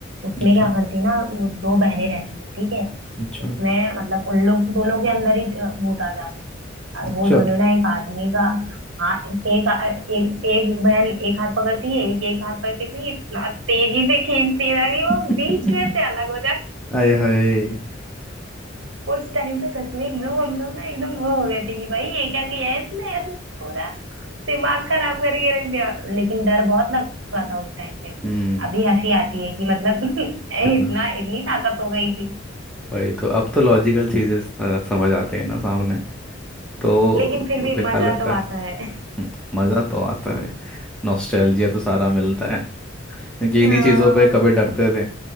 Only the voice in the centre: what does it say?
अच्छा
अच्छा
अच्छा
<laughs>
आए हाय
हम्म
कितना
वही तो अब तो लॉजिकल चीजें स- समझ आते हैं ना सामने तो
बेकार
लगता
है
मज़ा तो आता है नॉस्टैल्जिया तो सारा मिलता है क्योंकि
इन्हीं चीज़ों पे कभी डरते थे